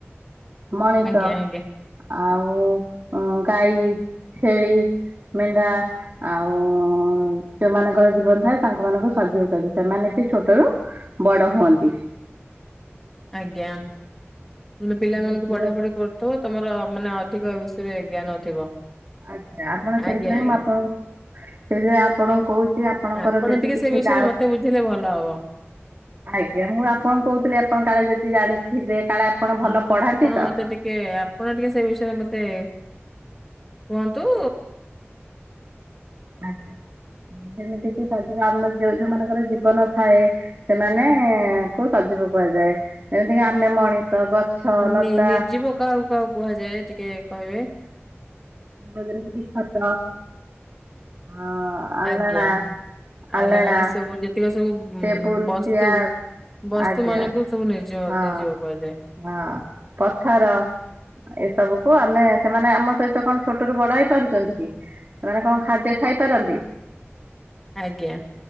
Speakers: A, on the right; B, in the centre.
A: ମଣିଷ
B: ଆଜ୍ଞା ଆଜ୍ଞା
A: ଆଉ ଗାଈ ଛେଳି। ମେଣ୍ଢା। ଆଉ ଯୋଉମାନଙ୍କର ଜୀବନ ଥାଏ ତାଙ୍କ ମାନଙ୍କୁ ସଜୀବ କୁହାଯାଏ ସେମାନେ ବି ଛୋଟୋରୁୁ ବଡ ହୁଅନ୍ତି।
B: ଆଜ୍ଞା ମୁଁ କହିଲି ପିଲାମାନଙ୍କୁ
A: ନିର୍ଜୀବ
B: ପଢା ପଢି କରୁ ତ ତମର ମାନେ ଅଧିକ ବିଷୟରେ ଜ୍ଞାନ ଥିବ।
A: ଆଜ୍ଞା ଆପଣ ସେଇଥିପାଇଁ
B: ଆଜ୍ଞା ଆଜ୍ଞା
A: ମୁଁ ଆପଣଙ୍କ ସେଇଥିପାଇଁ ଆପଣଙ୍କୁ କୋହୂଚି। ସେ ଆପଣଙ୍କର
B: ଆପଣ
A: ଯେଦି
B: ଟିକେ
A: କିଛି
B: ସେ ବିଷୟରେ
A: ଡାଉଟ
B: ମତେ ବୁଝେଇଲେ ଭଲ ହବ।
A: ଆଜ୍ଞା ମୁଁ ଆପଣ କହୁଥିଲି ଆପଣ କାଳେ ଯଦି ଜାଣିଥିବେ କାଳେ ଆପଣ ଭଲ
B: ହଁ
A: ପଢାନ୍ତି
B: ଆପଣ
A: ତ
B: ମତେ ଟିକେ ଆପଣ ଟିକେ ସେଇ ବିଷୟରେ ମତେ କୁହନ୍ତୁ।
A: ଆଜ୍ଞା ଯେମିତି କି ସଯିବ ଆମ ଯୋଉ ଯୋଉ ମାନଙ୍କର ଜୀବନ ଥାଏ। ସେମାନେ କୁ ସଜୀବ କୁହାଯାଏ ଯେମିତିକି ଆମେ ମଣିଷ ଗଛ ଲତା
B: ନି ନିର୍ଜୀବ କାହାକୁ କାହାକୁ କୁହାଯାଏ ଟିକେ କହିବେ?
A: ଅ ଯେମିତିକି ଖଟ ଅ ଆଲଣା
B: ଆଜ୍ଞା।
A: ଆଲଣା
B: ଆଲାଣାଏଇ ସବୁ ଯେତିକ ସବୁ
A: ଟେବୁଲ
B: ବସ୍ତୁ
A: ଚେୟାର
B: ବସ୍ତୁ
A: ଆଜ୍ଞା
B: ମାନଙ୍କୁ ସବୁ ନିର୍ଜୀବ
A: ହଁ
B: ନିର୍ଜୀବ କୁହାଯାଏ।
A: ହଁ ପଥର। ଏସବୁ କୁ ଆମେ ସେମାନେ ଆମ ସହିତ କଣ ଛୋଟ ରୁ ବଡ ହେଇ ପାରୁଚନ୍ତି କି? ସେମାନେ କଣ ଖାଦ୍ୟ ଖାଇପାରନ୍ତି?
B: ଆଜ୍ଞା